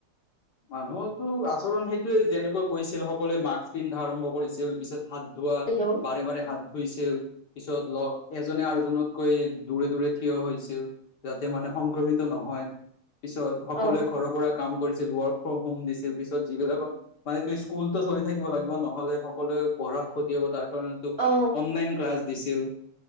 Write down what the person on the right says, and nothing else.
হেল্ল'
অ
অ